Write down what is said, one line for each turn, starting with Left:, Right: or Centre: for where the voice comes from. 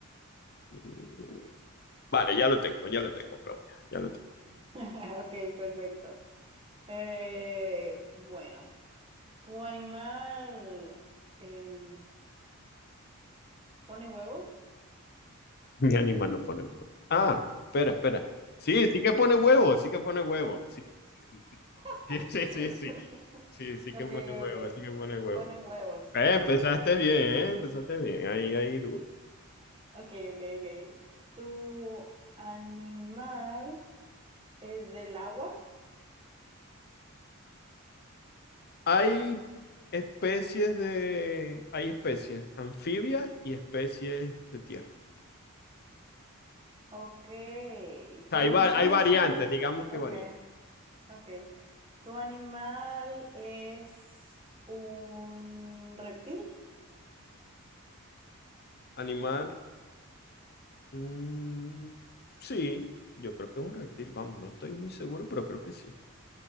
Left: Mm, Vale, ya lo tengo, ya lo tengo, Claudia, ya lo tengo.
Right: <laughs> ok, perfecto. Eh, bueno. ¿Tu animal em, pone huevos?
Left: <laughs> Mi animal no pone huevo. Ah, espera, espera. Sí, sí que pone huevo, sí que pone huevo. Sí, sí, sí, sí,
Right: <laughs>
Left: <laughs> sí, sí, sí, sí, sí sí
Right: Ok,
Left: que pone huevo,
Right: ok.
Left: sí que pone huevo.
Right: Pone huevos.
Left: Eh,
Right: Ok,
Left: Ok. empezaste bien, eh, empezaste bien, ahí, ahí duro.
Right: ok, ok, ok. ¿Tu animal es del agua?
Left: Hay especies de, hay especies anfibias y especies de tierra.
Right: Ok.
Left: sea,
Right: ¿Tu
Left: hay,
Right: animal
Left: va- hay variantes,
Right: es un...
Left: digamos que
Right: Ok,
Left: variantes.
Right: ok. ¿Tu animal es un reptil?
Left: Animal. mm, sí, yo creo que es un reptil, vamos, no estoy muy seguro, pero creo que sí.